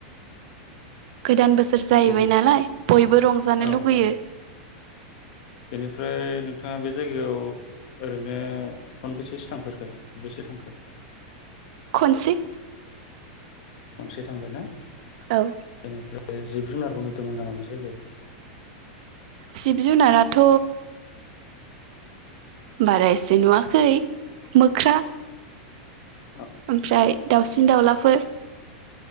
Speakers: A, on the right; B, on the left.
A: गोदान बोसोर जाहैबाय
B: बेनि
A: नालाय बयबो रंजानो
B: औ
A: लुुबगैयो
B: औ बेनिफ्राय नोंथाङा बे जायगायाव ओरैनो खनबेसेसो थांफोरखो खनबेसे थांखो
A: खनसे
B: खनसे थांबाय ना
A: औ
B: बेनिफ्राइ बे जिब जुनारबो नुदोंमोन नामा बे जायगायाव
A: जिब जुनाराथ बारा एसे नुवाखै मोख्रा
B: औ
A: ओमफ्राय दाउसिन-दाउलाफोर